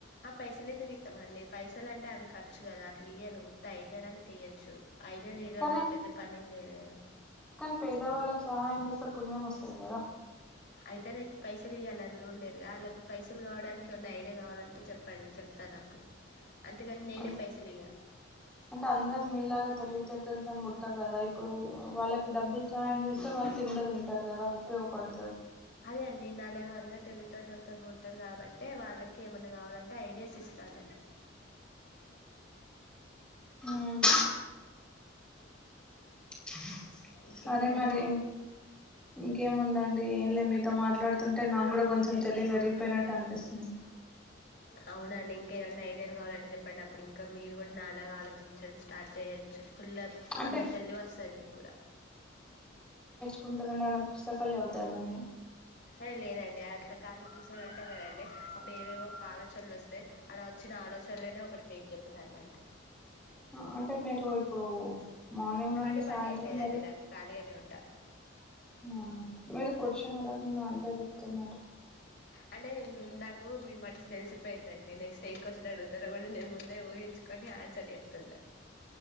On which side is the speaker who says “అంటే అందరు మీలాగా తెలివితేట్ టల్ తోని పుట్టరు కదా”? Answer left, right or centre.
Centre